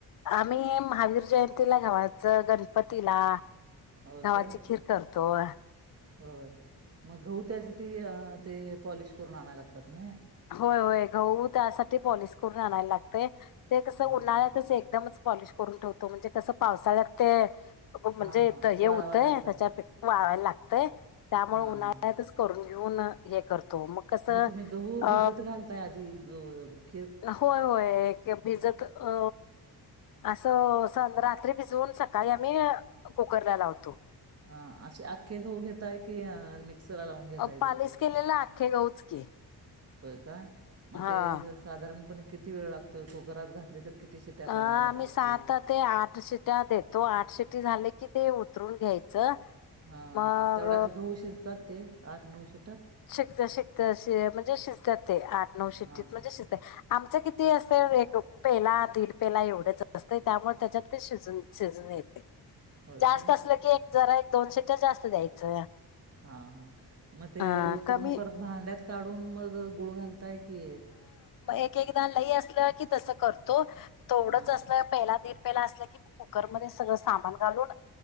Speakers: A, on the left (about 55°); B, on the right (about 35°).
A: आम्ही महावीर जयंतीला गव्हाच गणपतीला
B: हो
A: गव्हाची
B: काय
A: खीर करतोय.
B: होय मग गहू त्यासाठी ते पॉलिश करून आणाय लागतात नव्हे
A: होय होय गहू त्यासाठी पॉलिश करून आणायल लागतय. ते कसं
B: हां
A: उन्हाळ्यातच
B: हां
A: एकदमच पॉलिश करून ठेवतो म्हणजे कसं पावसाळ्यात ते म्हणजे
B: हां हां
A: द हे
B: वाळवायला
A: होतंय
B: लागतात
A: त्याच्यापेक्ष वाळाय लागतंय त्यामुळ
B: हां
A: उन्हाळ्यातच
B: हां
A: करून घेऊन हे करतो मग कसं
B: तुम्ही गहू
A: अ
B: भिजत घालताय आधी ग व
A: होय होय भिजत अ असं सं रात्र रात्री भिजवून सकाळी आम्ही कुकरला लावतो.
B: हा असे आख्खे घऊ घेताय की मिक्सरला लावून घेतताय
A: पालिश
B: ते.
A: केलेलं <unintelligible> की
B: होय काय म
A: हा.
B: ते साधारणपण किती वेळ लागतोय कुकरात घातले तर. किती शिट्या काढाव्या
A: अ
B: लागतात
A: आम्ही सात
B: त्याला
A: ते आठ शीटा देतो आठ सीट झाल की ते उतरून घ्यायचं.
B: हां
A: मग
B: तेवढ्यात गहू शिजतात ते आठ, नऊ शि
A: शिकत शिकत म्हणजे शिजत्यात ते आठ, नऊ शिट्टीत
B: हां
A: म्हणजे शिजतंय. आमचं किती असतंय एक पेला, दीड पेला एवढंच असतय त्यामुळ त्याच्यात ते शिजून शिजून येतय
B: होय
A: जास्त
B: का
A: असलं की एक जरा एक, दोन शिट्ट्या जरा जास्त द्यायचं.
B: हां हां म ते
A: अ
B: उतरून
A: कमी
B: परत भांड्यात काढून मग गुळ घालत ताय की
A: एक-एकदा लई असलं की तस करतो, थोडच
B: हां
A: असलं पेला, दीड पे पेला असलं की कुकरमध्ये सगळं सामान घालून त्यात